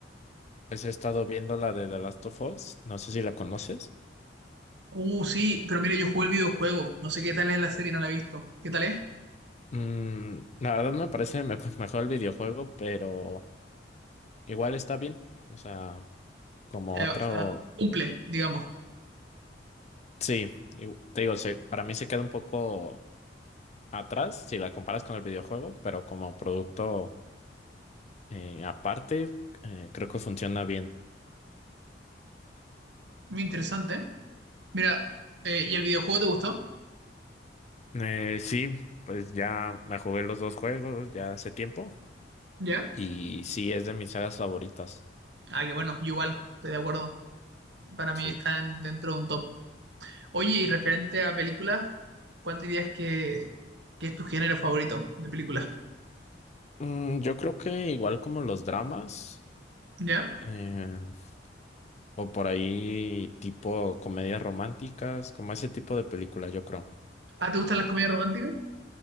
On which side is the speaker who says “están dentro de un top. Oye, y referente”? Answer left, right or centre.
Right